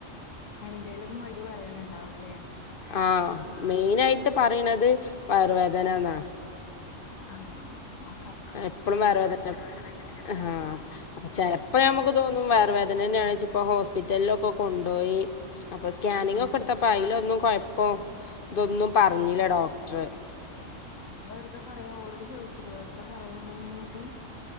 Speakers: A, on the left (about 80°); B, on the left (about 50°).
A: എന്തേലുമൊക്കെ മടി പറയാൻ ഉണ്ടാവൂലേ
B: ആ മെയിനായിട്ട് പറയണത് വയറുവേദനാന്നാ
A: ആ ഓ
B: എപ്പളും വയറുവേദന തന്നെ ആ അപ്പൊ ചെ അപ്പം നമുക്ക് തോന്നും വയറുവേദന തന്നെയാണ് ച്ച് ഇപ്പം ഹോസ്പിറ്റലിലൊക്കെ കൊണ്ടുപോയി സ്കാനിങ്ങ്
A: ആണോ
B: ഒക്കെ എടുത്തപ്പൊ അയിലൊന്നും കൊഴപ്പോം ഇതൊന്നും പറഞ്ഞില്ല ഡോക്ടർ
A: മക്കള് വെറുതെ പറയും ഓളോട് ചോദിച്ചില്ലേ വെറുതെ പറയും ഒണങ്ങാനിട്ട്